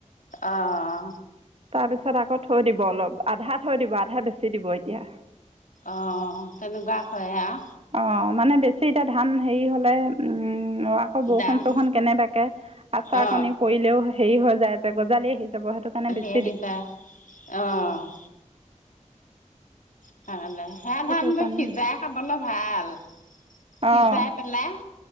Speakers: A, on the left (about 85°); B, on the right (about 50°).
A: অহ।
B: তাৰপিছত আকৌ থৈ দিব অলপ, আধা থৈ দিব আধা বেছি দিব এতিয়া।
A: অ' তেনেকুৱা কএ আও
B: অঁ মানে বেছি এতিয়া ধান হেৰি হ'লে, উম', অ' আকৌ বৰষুণ
A: দাম
B: চৰষুণ কেনেবাকে আচাৰ
A: অ
B: কণী পৰিলেও হেৰি হৈ যায়। গজালি আহি যাব সেইটো কাৰণে <unintelligible>
A: <unintelligible> অহ। <unintelligible> <unintelligible> ধানবোৰ
B: সেইটো কাৰণে
A: সিজাই খাবলৈ ভাল।
B: অঁ
A: সিজাই পেলাই